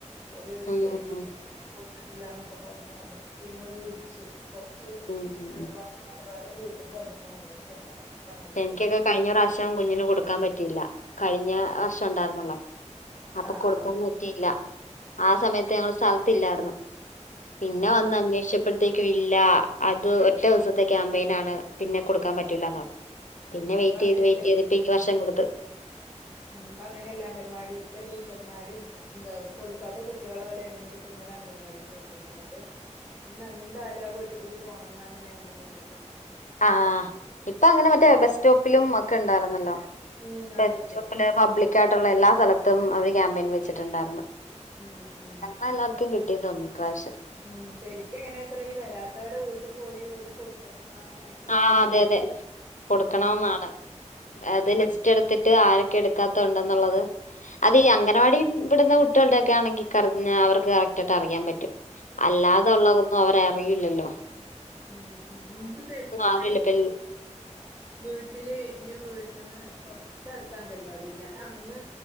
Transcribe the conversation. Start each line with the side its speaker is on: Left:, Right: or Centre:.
Right: ഓല്
Left: ഉം
Right: എഴുതിക്കൊട്ത്തി
Left: ഉം
Right: ഞാൻ കൊടുത്തിട്ടില്ലന്നൊക്കെ പറഞ്ഞ്. അപ്പൊ പിന്നെ ഓൽ വിളിച്ചു കൊറച്ച്
Left: ഉം ഉം
Right: അങ്ങട് വേറെ ഒരു വീട്ട്ക്ക് വന്ന്ക്ണു അങ്ങട്ട് ചെല്ലാൻ. അങ്ങട്ട്
Left: എനിക്കൊക്കെ
Right: പോയി
Left: കഴിഞ്ഞ പ്രാവശ്യം കുഞ്ഞിന് കൊടുക്കാൻ പറ്റില്ല. കഴിഞ്ഞ വർഷം ഉണ്ടായിരുന്നല്ലോ അപ്പൊ
Right: ആഹ്
Left: കൊടുക്കാൻ
Right: ആഹ്
Left: പറ്റിയില്ല ആ സമയത്ത്
Right: ഉം
Left: ഞങ്ങള് സ്ഥലത്തില്ലായിരുന്നു. പിന്നെ
Right: ആഹ്
Left: വന്ന് അന്വേഷിച്ചപ്പോൾ ത്തേകും ഇല്ല. അത് ഒറ്റ ദിവസത്തെ ക്യാമ്പയിൻ ആണ് പിന്നെ കൊടുക്കാൻ പറ്റൂല്ല എന്ന് പറഞ്ഞു പിന്നെ
Right: ഉം
Left: വെയിറ്റ്
Right: ഇപ്പ അങ്ങനെല്ലേ
Left: ചെയ്ത് വെയിറ്റ് ചെയ്ത് ഇപ്പൊ ഈ വർഷം കൊടുത്ത്
Right: ഉം ഇപ്പ അങ്ങനെയല്ലാ. അംഗൻവാടീത്തെ ടീച്ചർമാര് എന്താ കൊടുക്കാത്ത കുട്ടികളെ ഓലെ എണ്ണട് ത്ത് ന്നലെ അംഗൻവാടി പോയിത്തരാം എന്നിട്ട്. ഇന്ന് എന്തായാലും ആ വീട്ട് കൂടി പോണംന്ന് പറഞ്ഞി നിയമം വന്ന്ക്കണ്
Left: ആഹ് ആഹ് ഇപ്പ അങ്ങനെ മറ്റേ ബസ് സ്റ്റോപ്പിലും ഒക്കെ ഉണ്ടായിരുന്നല്ലോ
Right: ഉം ഇണ്ട്
Left: ബസ്റ്റോപ്പില്
Right: ഇണ്ട്
Left: പബ്ലിക്കായിയിട്ടുള്ള എല്ലാ സ്ഥലത്തും അവര് ക്യാമ്പയിൻ വെച്ചിട്ടുണ്ടായിരുന്നു.
Right: ഉം ഉം
Left: അന്ന് എല്ലാർക്കും കിട്ടീ തോന്നി ഇ പ്രാവശ്യം
Right: ഉം ശരിക്ക് എങ്ങനെത്ര ഈ വരാത്തവരെ വീട്ടിൽ പോയി ഓൽ കൊടുക്കണം ന്നാണ് നിയമം
Left: ആഹ്
Right: പക്ഷെ
Left: അതെ
Right: എല്ലാരും
Left: അതെ
Right: ഉം
Left: കൊടുക്കണോന്നാണ്
Right: ഉം
Left: അത്
Right: ഉം
Left: ലിസ്റ്റ് എടുത്തിട്ട് ട്ട് ആരൊക്കെ എടുക്കാത്തതുണ്ടെന്നുള്ളത്. അത് ഈ അംഗനവാടി ഇവിടുന്ന കുട്ടികളുടെ തൊക്കെ ആണെങ്കിൽ പർഞ്ഞ അവർക്ക് കറക്റ്റ് ആയിട്ട് അറിയാൻ പറ്റും. അല്ലാതുള്ളതൊന്നും
Right: ഉം
Left: അവര് അറിയില്ലല്ലോ
Right: ഉം ഉം ഇൻക്ക് ശരി <unintelligible>
Left: ആരുല്ല <inaudible>
Right: വീട്ടില് ന്റെ വീട്ടിന്ന് തൊട്ടടുത്താ അംഗൻവാടി എന്നാണ് ഞാൻ അന്ന്